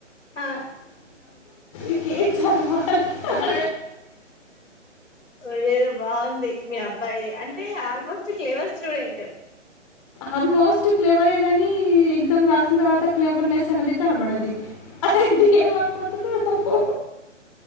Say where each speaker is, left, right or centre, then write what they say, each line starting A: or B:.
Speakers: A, on the left (about 85°); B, on the left (about 25°).
A: ఆ
B: ఇక ఏం చదవాలి
A: ఇది ఏదో బాగుంది మీ అబ్బాయిది అంటే almost clever student too.
B: Almost క్లేవరే కానీ ఎగ్జామ్ రాసిన తర్వాత క్లేవర్నెస్ అనేది కనబడది. అది ఏం అయిపోతుందో ఏమో